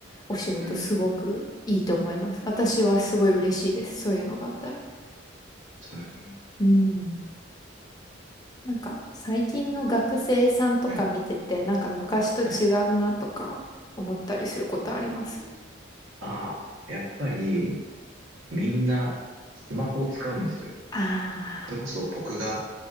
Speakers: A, on the left; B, on the right.
A: お仕事すごくいいと思います。
B: うん。
A: 私はすごい嬉しいです。そういうのがあったら。
B: そうですね。
A: うん。なんか最近の学生さんとか見てて、
B: はい。
A: なんか昔と違うなとか思ったりすることあります
B: はい。ああ、やっぱり、みんな、スマホを使うんですよ。
A: ああ
B: それこそ僕が